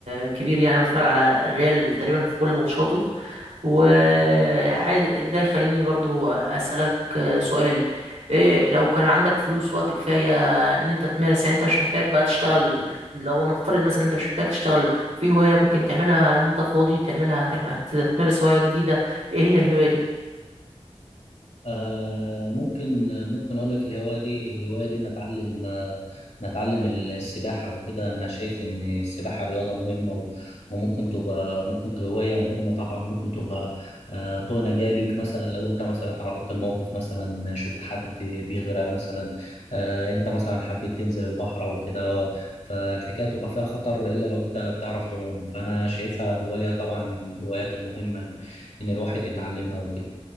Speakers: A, on the right (about 80°); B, on the left (about 85°).
A: كبير يعني بتفرج على الريال تقريبا في كل ماتشاته وعايز ده يخليني برضو اسالك سؤال إيه لو كان عندك فلوس وقت كفاية ان انت تمارس يعني انت مش محتاج بقى تشتغل لو نفترض مثلا انت مش محتاج تشتغل في هواية ممكن تعملها ان انت فاضي تعملها تعمل هت- تمارس هواية جديدة ايه هي الهواية دي
B: آه ممكن ممكن اقول لك الهوايه دي الهوايه دي نتعلم آه نتعلم السباحه وكده انا شايف ان السباحه رياضه مهمه و- وممكن تبقى ممكن هوايه مهمه طبعا ممكن تبقى آه طوق نجاه ليك مثلا لو انت مثلا تعرضت لموقف مثلا شفت حد بيغرق مثلا آه انت مثلا حبيت تنزل البحر او كده فالحكايه تبقى فيها خطر الا لو انت بتعرف تعوم فانا شايفها هوايه طبعا من الهوايات المهمه ان إن الواحد يتعلمها وكده